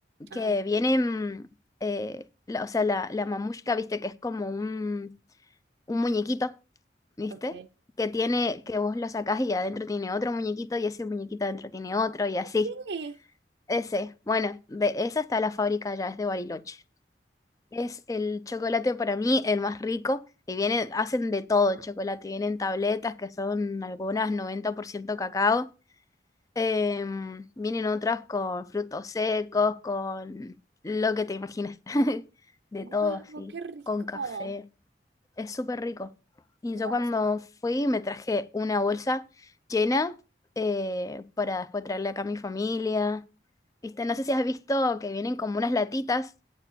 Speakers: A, on the right; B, on the left.
A: Ah,
B: Que
A: no.
B: vienen. eh, la- o sea, la, la mamushka, viste, que es como un, un muñequito, ¿viste?
A: Ok.
B: Que tiene, que vos lo sacás y adentro tiene otro muñequito, y ese muñequito adentro tiene otro, y así.
A: Sí.
B: Ese. Bueno, de esa está la fábrica ya, es de Bariloche. Es el chocolate para mí el más rico y viene, hacen de todo el chocolate. Vienen tabletas que son algunas 90% cacao. em, vienen otras con frutos secos, con lo que te imagines. <laughs> De
A: Guau,
B: todo así,
A: qué rico.
B: con café. Es súper rico. Y
A: No,
B: yo cuando fui me traje una bolsa llena eh, para después traerle acá a mi familia. ¿Viste? No sé si has visto que vienen como unas latitas